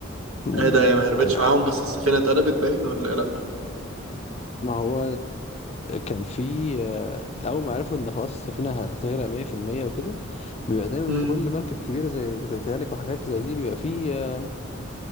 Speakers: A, on the left; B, on the right.
A: و-
B: ايه ده هي ما
A: وأنا
B: هربتش معاهم بس السفينه اتقلبت باين ولا إيه؟ لا
A: ما هو كان في آه، أول ما عرفوا إن خلاص السفينة هتغرق 100% وكده بيبقى دايما
B: امم
A: في كل مركب كبيرة زي تايتانيك وحاجات زي دي بيبقى في آه،